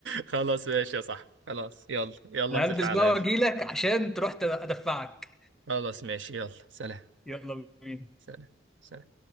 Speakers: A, on the right; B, in the centre.
A: خلاص ماشي يا صاحبي خلاص يلا يلا
B: انا
A: انزل
B: هلبس
A: تعالى
B: بقى
A: يلا
B: واجيلك عشان تروح تدفعك
A: خلاص ماشي يلا سلام
B: يلا بينا
A: سلام سلام